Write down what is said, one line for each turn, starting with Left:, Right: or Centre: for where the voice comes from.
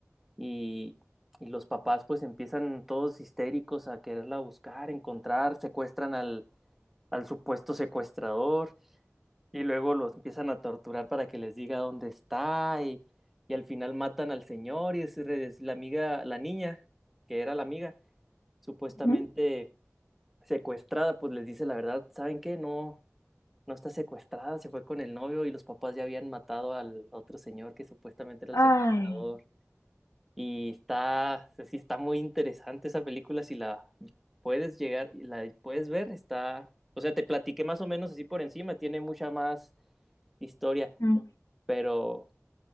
Centre: y, y los papás pues empiezan todos histéricos a quererla buscar, encontrar, secuestran al, al supuesto secuestrador y luego los empiezan a torturar para que les diga dónde está y, y al final matan al señor y es, es la amiga, la niña, que era la amiga, supuestamente
Left: ujú.
Centre: secuestrada, pues les dice la verdad, ¿saben qué? No, no está secuestrada, se fue con el novio y los papás ya habían matado al otro señor que supuestamente era el
Left: Ay.
Centre: secuestrador. Y está, sí, está muy interesante esa película, si la puedes llegar, la puedes ver, está, o sea, te platiqué más o menos así por encima, tiene mucha más historia,
Left: mm.
Centre: pero,